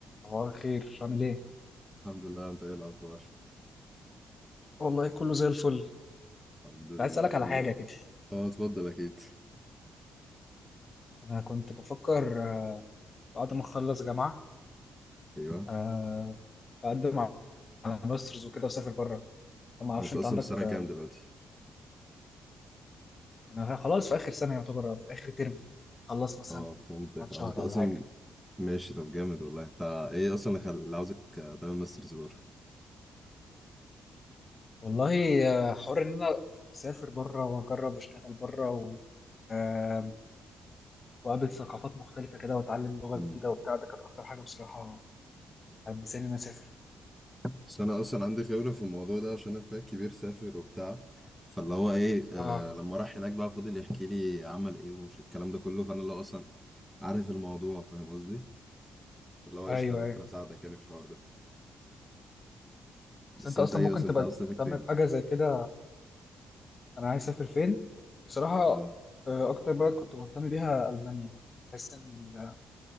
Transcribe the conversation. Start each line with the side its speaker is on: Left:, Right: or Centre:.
Left: صباح الخير عامل ايه؟
Centre: الحمد لله انت ايه الاخبار
Left: والله كله زي الفل
Centre: الحمد
Left: كنت
Centre: لله
Left: عايز اسألك
Centre: كله
Left: على حاجة كده
Centre: اه اتفضل اكيد
Left: أنا كنت بفكر آه، بعد ما أخلص جامعة
Centre: ايوه
Left: آه، أقدم على ماسترز وكده وأسافر بره ما أعرفش
Centre: هو انت
Left: أنت
Centre: اصلا
Left: عندك
Centre: في سنه
Left: آه،
Centre: كام دلوقتي
Left: يعني أنا خلاص في آخر سنة يعتبر آه، في آخر ترم خلص مثلا
Centre: اه فهمتك
Left: كمان شهر
Centre: اه انت اصلا
Left: ولا حاجة
Centre: ماشي طب جامد والله انت ايه اصلا اللي خل- اللي عاوزك آه، تعمل ماسترز بره
Left: والله آه، حوار إن أنا أسافر بره وأجرب أشتغل بره و... آه، وأقابل ثقافات مختلفة كده وأتعلم لغة
Centre: مم.
Left: جديدة وبتاع ده كانت أكتر حاجة بصراحة حمساني إن أنا أسافر
Centre: بس انا اصلا عندي خبره في الموضوع ده عشان انا اخويا الكبير سافر وبتاع فاللي هو ايه آه
Left: آه
Centre: لما راح هناك بقى فضل يحكي لي عمل ايه ومش الكلام ده كله فانا اللي هو اصلا عارف الموضوع فاهم قصدي اللي هو قشطه
Left: أيوه
Centre: انا ممكن
Left: أيوه
Centre: اساعدك يعني في الحوار ده بس
Left: بس انت
Centre: انت
Left: اصلا
Centre: ايه
Left: ممكن
Centre: اصلا
Left: تبقى
Centre: انت عاوز تسافر فين
Left: مهتم بحاجه زي كده انا عايز اسافر فين بصراحه
Centre: اه
Left: آه، اكتر بلد كنت مهتم بيها المانيا بحس ان ال-